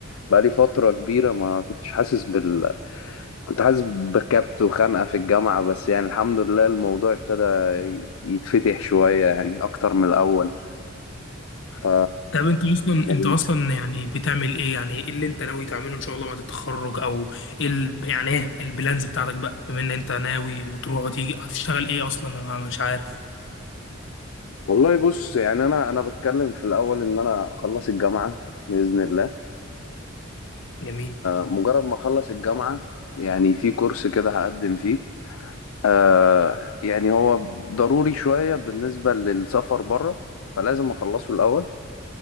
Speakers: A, on the left; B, on the left.
A: بقالي فترة كبيرة ما كنتش حاسس بال كنت حاسس بكبت وخنقة في الجامعة بس يعني الحمد لله الموضوع ابتدى يتفتح شوية يعني أكتر من الأول ف
B: طب انت اصلا
A: يعني
B: انت اصلا يعني بتعمل ايه يعني ايه اللي انت ناوي تعمله ان شاء الله بعد التخرج او ايه ال... يعني ايه البلانز بتاعتك بقى بما ان انت ناوي وتروح وتيجي هتشتغل ايه اصلا انا مش عارف
A: والله بص يعني أنا أنا بتكلم في الأول إن أنا أخلص الجامعة بإذن الله
B: جميل
A: مجرد ما أخلص الجامعة يعني في كورس كده هقدم فيه آه يعني هو ضروري شوية بالنسبة للسفر بره فلازم أخلصه الأول